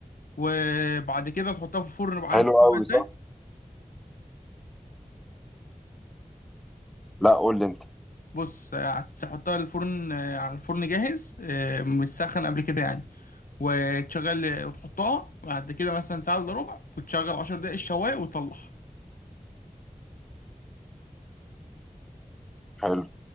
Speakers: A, on the left; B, in the centre.
A: وبعد كده تحطها في الفرن بقى عارف
B: حلو
A: تسويها
B: قوي
A: ازاي
B: صح لا قول لي انت
A: بص آه، هتحطها الفرن آه، على الفرن جاهز آه، متسخن قبل كده يعني وتشغل آه، وتحطها بعد كده مثلا ساعة الا ربع وتشغل 10 دقايق الشواية وتطلعها
B: حلو